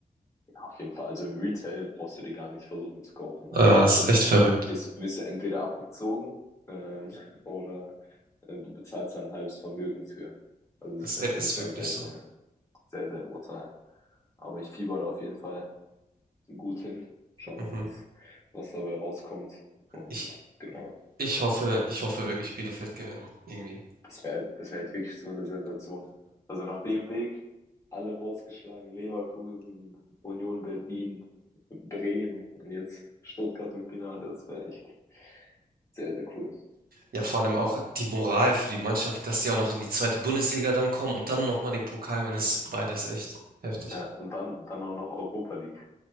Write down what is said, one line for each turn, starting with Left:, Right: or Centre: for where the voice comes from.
Left: Ja, auf jeden Fall. Also im Retail brauchst du die gar nicht versuchen zu kaufen. Also
Right: Ah,
Left: da
Right: ist echt verrückt.
Left: bist, bist du entweder abgezogen ähm, oder äh, du bezahlst da ein halbes Vermögen für. Also es
Right: Es
Left: ist
Right: i-
Left: auf jeden
Right: ist
Left: Fall
Right: wirklich
Left: sehr,
Right: so.
Left: sehr, sehr, sehr brutal. Aber ich fieber da auf jeden Fall gut hin. Schau mal,
Right: Mhm.
Left: was, was dabei rauskommt. Und
Right: Ich,
Left: genau.
Right: ich hoffe, ich hoffe wirklich, Bielefeld gewinnt irgendwie.
Left: Das wäre das wär jetzt wirklich so eine Sensation. Also nach dem Weg alle rausgeschlagen, Leverkusen, Union Berlin, Bremen und jetzt Stuttgart im Finale. Das wäre echt sehr, sehr cool.
Right: Ja, vor allem auch die Moral für die Mannschaft, dass sie auch noch in die zweite Bundesliga dann kommen und dann nochmal den Pokal gewinnen, das ist beides echt heftig.
Left: Ja, und dann, dann auch noch Europa League.